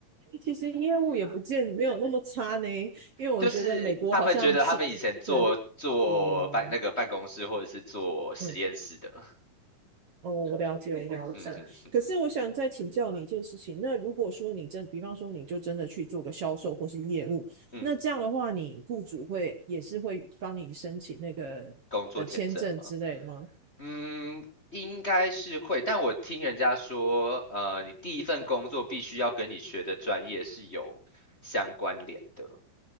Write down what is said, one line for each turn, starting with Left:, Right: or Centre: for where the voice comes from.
Right: 其实业务也不见没有那么差呢，因为我觉得美国好像是对
Left: 就是他们觉得他们以前做做办那个办公室或者是做实验室的，
Right: 哦，嗯哦，我了解，我了解。
Left: 嗯哼哼，
Right: 可是我想再请教你一件事情，那如果说你真，比方说你就真的去做个销售或是业务，
Left: 嗯，
Right: 那这样的话，你雇主会也是会帮你申请那个呃签证之类吗？
Left: 工作签证吗？嗯，应该是会，但我听人家说，呃，你第一份工作必须要跟你学的专业是有相关联的，